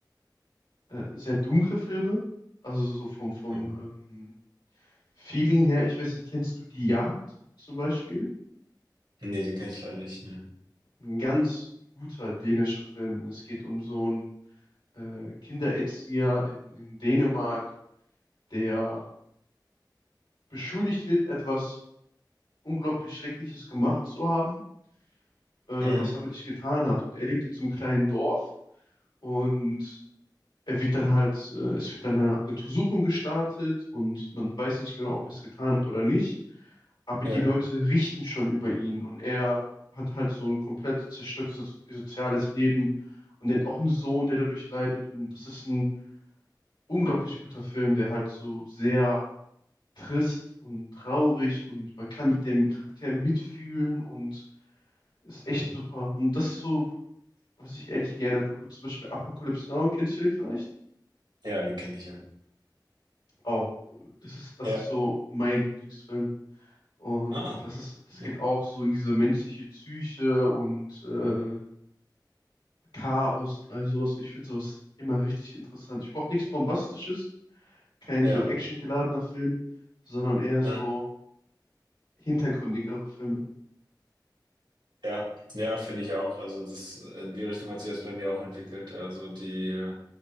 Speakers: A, on the left; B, on the right.
A: äh, sehr dunkle Filme. Also so so vom, vom
B: Mhm.
A: ähm, Feeling her. Ich weiß nicht, kennst du Die Jagd zum Beispiel?
B: Nee, den kenne ich leider nicht. Ne.
A: Ein ganz guter dänischer Film. Und es geht um so einen äh, Kindererzieher in, in Dänemark, der beschuldigt wird, etwas unglaublich Schreckliches gemacht zu haben, äh, was
B: Mhm.
A: er aber nicht getan hat. Und er lebt in so einem kleinen Dorf und er wird dann halt, äh, es wird dann eine Untersuchung gestartet und man weiß nicht genau, ob er es getan hat oder nicht. Aber
B: Ja.
A: die Leute richten schon über ihn und er hat halt so ein komplett zerstörtes so- soziales Leben und er hat auch einen Sohn, der dadurch leidet. Und das ist ein unglaublich guter Film, der halt so sehr trist und traurig und man kann mit dem Charakter mitfühlen und ist echt
B: Mhm.
A: super. Und das ist so, was ich ehrlich gerne gucke. Zum Beispiel Apocalypse Now, kennst du den vielleicht?
B: Ja, den kenne ich ja.
A: auch. Das ist, das
B: Ja.
A: ist so mein Lieblingsfilm. Und
B: Ah,
A: das ist, das geht
B: okay.
A: auch so in diese menschliche Psyche und äh, Chaos, all sowas. Ich finde sowas immer richtig interessant. Ich brauche nichts Bombastisches, kein
B: Ja.
A: so actiongeladener Film, sondern eher so
B: Ja.
A: hintergründigere Filme.
B: Ja, ja, finde ich auch. Also das, in die Richtung hat sich das bei mir auch entwickelt. Also die, äh,